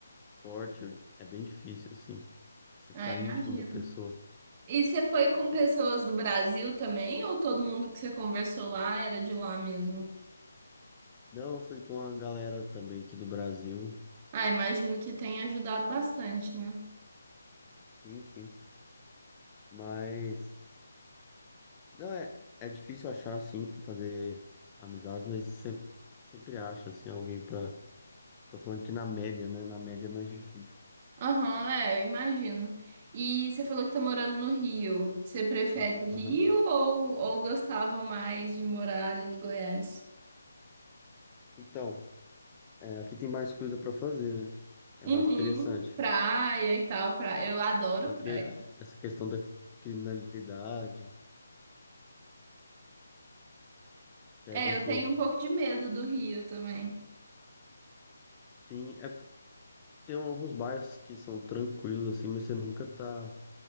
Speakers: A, on the left; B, on the right.
A: forte é bem difícil, assim. Você
B: Ah,
A: ficar
B: imagina.
A: íntimo da pessoa.
B: E você foi com pessoas do Brasil também, ou todo mundo que você conversou lá era de lá mesmo?
A: Não, eu fui com a galera também aqui do Brasil.
B: Ah, imagino que tenha ajudado bastante, né?
A: Sim, sim. Mas, não, é, é difícil achar, assim, fazer amizades, mas sempre, sempre acha, assim, alguém pra. Tô falando que na média, né? Na média é mais difícil.
B: Aham, é, imagino. E você falou que tá morando no Rio. Você prefere
A: ah
B: o Rio
A: Aham.
B: ou, ou gostava mais de morar ali no Goiás?
A: Então, é, aqui tem mais coisa para fazer, né? É
B: Uhum,
A: mais interessante.
B: praia e tal, praia. Eu adoro
A: Só
B: praia.
A: que é, essa questão da criminalidade pega
B: É,
A: um
B: eu
A: pouco.
B: tenho um pouco de medo do Rio também.
A: Sim, é, tem alguns bairros que são tranquilos, assim, mas você nunca tá